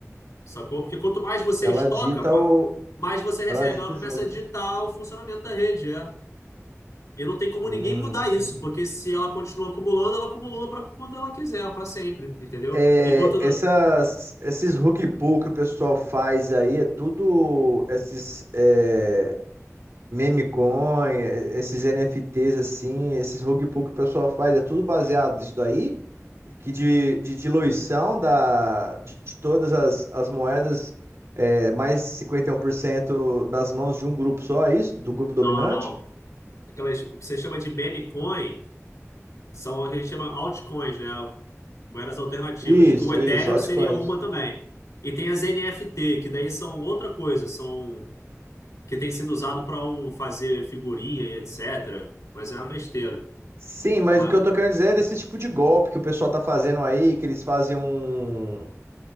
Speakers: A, on the left; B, on the right.
A: sacou? Porque quanto mais você
B: Ela
A: estoca,
B: dita
A: ma-
B: o,
A: mais você recebe.
B: ela dita
A: Ela começa
B: o jogo,
A: a ditar
B: né?
A: o funcionamento da rede, é. E não tem como
B: Hum,
A: ninguém mudar isso,
B: entendi.
A: porque se ela continua acumulando, ela acumula para quando ela quiser, para sempre, entendeu?
B: É,
A: Enquanto.
B: essas, esses rug pull que o pessoal faz aí é tudo esses é, meme coin, é, esses NFTs assim, esses rug pull que o pessoal faz é tudo baseado nisso daí, que de, de diluição da, de, de todas as, as moedas, é, mais 51% nas mãos de um grupo só, é isso? Do grupo
A: Não,
B: dominante?
A: não, não. Aquelas, o que você chama de meme coin São o que a gente chama altcoins, né? Moedas alternativas,
B: Isso,
A: que o Ethereum
B: isso, altcoins.
A: seria uma também. E tem as NFT, que daí são outra coisa, são que tem sido usado para um, fazer figurinha e etc. Mas é uma besteira.
B: Sim, mas
A: Mas,
B: o que eu tô querendo dizer é desse tipo de golpe que o pessoal tá fazendo aí, que eles fazem um